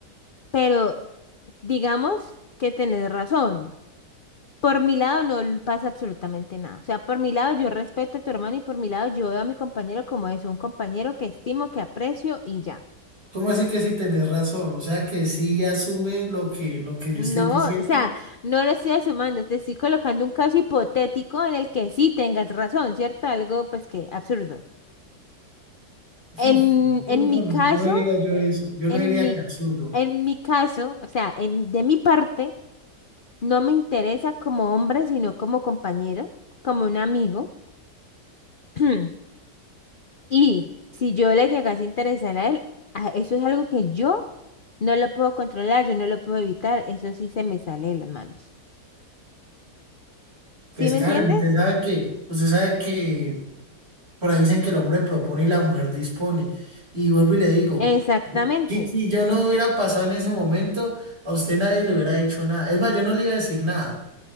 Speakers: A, on the left; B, on the right.
A: pero digamos que tenés razón. Por mi lado no pasa absolutamente nada. O sea, por mi lado yo respeto a tu hermano y por mi lado yo veo a mi compañero como es un compañero que estimo, que aprecio y ya.
B: ¿Cómo así que sí tenés razón? O sea que sí asume lo que, lo que yo
A: No,
B: estoy diciendo.
A: o sea, no lo estoy sumando, te estoy colocando un caso hipotético en el que sí tengas razón, ¿cierto? Algo pues que absurdo. En,
B: Hmm, Absurdo,
A: en mi
B: no,
A: caso,
B: no diría yo eso, yo
A: en
B: no diría
A: mi,
B: que absurdo.
A: en mi caso, o sea, en, de mi parte, no me interesa como hombre, sino como compañero, como un amigo. <clears throat> Y si yo le llegase a interesar a él, a- eso es algo que yo no lo puedo controlar, yo no lo puedo evitar, eso sí se me sale de las manos. ¿Sí
B: Pues
A: me
B: Karen,
A: entiendes?
B: usted sabe que, usted sabe que Por ahí dicen que el hombre propone y la mujer dispone. Y vuelvo y le digo,
A: Exactamente.
B: si, si yo no hubiera pasado en ese momento, a usted nadie le hubiera dicho nada. Es más, yo no le iba a decir nada.